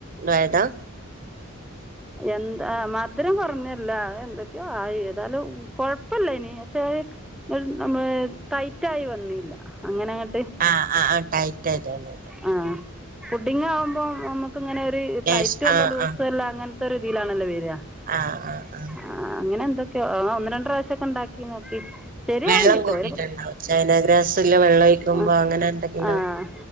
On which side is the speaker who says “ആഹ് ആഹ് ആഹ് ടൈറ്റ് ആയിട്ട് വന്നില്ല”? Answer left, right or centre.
Right